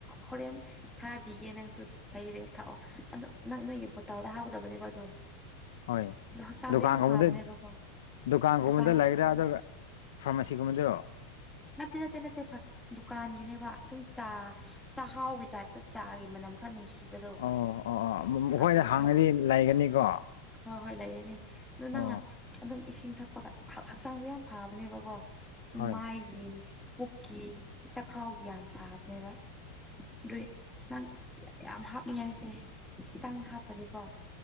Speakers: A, in the centre; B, on the left (about 85°).
A: ꯍꯣꯔꯦꯟ ꯊꯥꯕꯤꯒꯦ ꯅꯪꯁꯨ ꯂꯩꯔꯦ ꯊꯛꯑꯣ ꯑꯗ ꯅꯪ ꯅꯣꯏꯒꯤ ꯕꯣꯇꯜꯗ ꯍꯥ ꯇꯧꯗꯕꯅꯦꯕ ꯑꯗꯣ
B: ꯍꯣꯏ
A: ꯑꯣ ꯍꯛꯆꯥꯡꯁꯨ
B: ꯗꯨꯀꯥꯟꯒꯨꯝꯕꯗ
A: ꯌꯥꯝ ꯐꯕꯅꯦꯕꯀꯣ
B: ꯗꯨꯀꯥꯟꯒꯨꯝꯕꯗ
A: ꯗꯨꯀꯥꯟꯗ
B: ꯂꯩꯒ꯭ꯔꯥ ꯑꯗꯨꯒ ꯐꯥꯔꯃꯥꯁꯤꯒꯨꯝꯕꯗꯔꯣ
A: ꯅꯠꯇꯦ ꯅꯠꯇꯦ ꯅꯠꯇꯦꯔ ꯗꯨꯀꯥꯟꯒꯤꯅꯦꯕ ꯑꯗꯨꯝ ꯆꯥ ꯆꯥꯛꯍꯥꯎꯒꯤ ꯇꯥꯏꯞꯇ ꯆꯥꯒꯤ ꯃꯅꯝ ꯈꯔ ꯅꯨꯡꯁꯤ ꯅꯨꯡ ꯁꯤꯕꯗꯣ
B: ꯑꯣ ꯑꯣ ꯑꯣ ꯃꯈꯣꯏꯗ
A: ꯑꯗꯨ
B: ꯍꯥꯡꯉꯗꯤ
A: ꯍꯥꯞꯄ
B: ꯂꯩꯒꯅꯤꯀꯣ
A: ꯍꯣꯏ ꯍꯣꯏ ꯂꯩꯔꯅꯤ ꯑꯗꯨ ꯅꯪꯅ
B: ꯑꯣ
A: ꯑꯗꯨꯝ ꯏꯁꯤꯡ ꯊꯛꯄꯒ ꯍꯛꯆꯥꯡꯁꯨ ꯌꯥꯝ ꯐꯕꯅꯦꯕꯀꯣ
B: ꯍꯣꯏ
A: ꯃꯥꯏ ꯄꯨꯛꯀꯤ ꯆꯈꯥꯎꯒꯤ ꯌꯥꯝ ꯐꯕꯅꯦꯕ ꯑꯗꯨꯏ ꯅꯪ ꯌꯥꯝ ꯍꯥꯞꯅꯤꯡꯉꯥꯏ ꯅꯗꯤꯦ ꯈꯤꯇꯪ ꯍꯥꯞꯄꯗꯤꯀꯣ